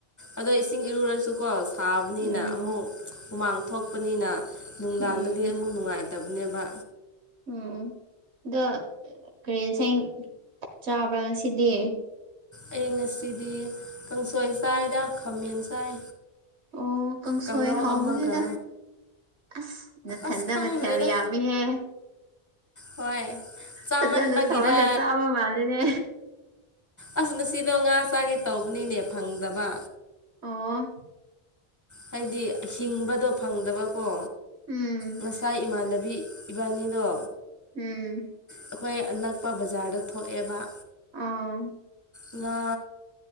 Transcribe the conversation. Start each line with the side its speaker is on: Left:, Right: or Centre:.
Left: ꯑꯗꯣ ꯏꯁꯤꯡ ꯏꯔꯨꯔꯁꯨꯀꯣ ꯁꯥꯕꯅꯤꯅ
Right: ꯎꯝ
Left: ꯑꯃꯨꯛ ꯍꯨꯃꯥꯡ ꯊꯣꯛꯄꯅꯤꯅ ꯅꯨꯡꯗꯥꯡꯗꯗꯤ
Right: ꯎꯝ
Left: ꯑꯃꯨꯛ ꯅꯨꯡꯉꯥꯏꯇꯕꯅꯦꯕ
Right: ꯎꯝ ꯑꯗꯣ ꯀꯔꯤ ꯉꯁꯥꯏ ꯆꯥꯕ꯭ꯔꯥ ꯉꯁꯤꯗꯤ
Left: ꯑꯩ ꯉꯁꯤꯗꯤ ꯀꯥꯡꯁꯣꯏ ꯆꯥꯏꯗ ꯈꯥꯃꯦꯟ ꯆꯥꯏ
Right: ꯑꯣ ꯀꯥꯡꯁꯣꯏ
Left: ꯀꯥꯡꯉꯧ
Right: ꯍꯥꯎꯕꯅꯤꯗ
Left: ꯑꯃꯒ
Right: ꯑꯁ ꯅꯊꯟꯗ
Left: ꯑꯁ ꯈꯪꯗ꯭ꯔꯦꯗ
Right: ꯃꯊ ꯌꯥꯝꯃꯤꯍꯦ
Left: ꯍꯣꯏ ꯆꯥꯃꯟꯕꯒꯤꯔ
Right: ꯐꯖ ꯁꯧ ꯀꯇꯕ ꯃꯥꯅꯤꯅꯦ
Left: ꯑꯁ ꯉꯁꯤꯗꯣ ꯉꯥ ꯆꯥꯒꯦ ꯇꯧꯕꯅꯤꯅꯦ ꯐꯪꯗꯕ
Right: ꯑ <unintelligible> <inaudible>
Left: ꯍꯥꯏꯗꯤ ꯍꯤꯡꯕꯗꯣ ꯐꯪꯗꯕꯀꯣ
Right: ꯎꯝ
Left: ꯉꯁꯥꯏ ꯏꯃꯥꯟꯅꯕꯤ ꯏ ꯏꯕꯥꯅꯤꯅꯣ
Right: ꯎꯝ
Left: ꯑꯩꯈꯣꯏ ꯑꯅꯛꯄ ꯕꯖꯥꯔꯗ ꯊꯣꯛꯑꯦꯕ
Right: ꯑꯥ
Left: ꯉꯥ